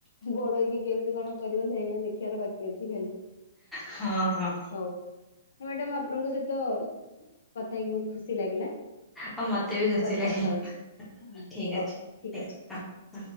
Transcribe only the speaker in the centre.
ହଁ ହଁ।
ଆଉ ମତେ ବି ଖୁସି
ଲାଗିଲା
ଠିକ
ଅଛି
ଠିକ
ହଁ।